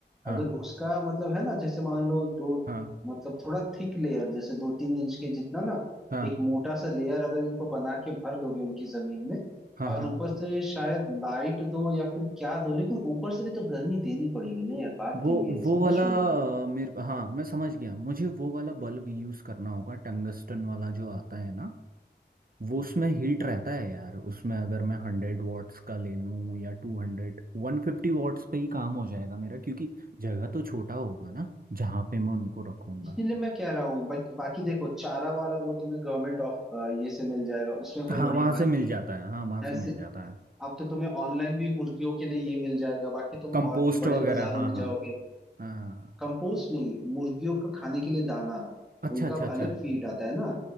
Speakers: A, on the right; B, in the centre.
A: हाँ
B: अगर उसका मतलब है ना जैसे मान लो दो
A: हाँ
B: मतलब थोड़ा थिक लेयर जैसे दो तीन इंच के जितना ना
A: हाँ
B: एक मोटा सा लेयर अगर इनको बना के भर दोगे उनकी जमीन में
A: हाँ
B: और
A: हाँ
B: ऊपर से शायद लाइट दो या फिर क्या दो लेकिन ऊपर से भी तो गर्मी देनी पड़ेगी ना यार बात
A: वो
B: तो ये है समझ
A: वो वाला
B: रहे हो मेरी बात
A: अ, मेरे हाँ मैं समझ गया मुझे वो वाला बल्ब यूज करना होगा टंगस्टन वाला जो आता है ना वो उसमें हीट रहता है यार उसमें अगर मैं हंड्रेड वॉट्स का ले लूँ या टू हंड्रेड वन फिफ्टी वॉट्स पे ही काम हो जाएगा मेरा क्योंकि जगह तो छोटा होगा ना जहाँ पे मैं उनको रखूँगा
B: इसीलिए मैं कह रहा हूँ बाकी बाकी देखो चारा वारा वो तुम्हें गवर्नमेंट ऑफ ये से मिल जाएगा उसमें कोई
A: हाँ
B: बड़ी
A: वहाँ
B: बात
A: से मिल जाता है हाँ वहाँ
B: That's
A: से मिल
B: it.
A: जाता है
B: अब तो तुम्हें ऑनलाइन भी मुर्गियों के लिए ये मिल जाएगा बाकी तुम
A: कंपोस्ट
B: और भी बड़े
A: वगैरह
B: बाजारों
A: हाँ
B: में
A: हाँ
B: जाओगे
A: हाँ
B: कंपोस्ट नहीं मुर्गियों का खाने के लिए दाना
A: अच्छा
B: उनका
A: अच्छा
B: अब
A: अच्छा
B: अलग फीड आता है ना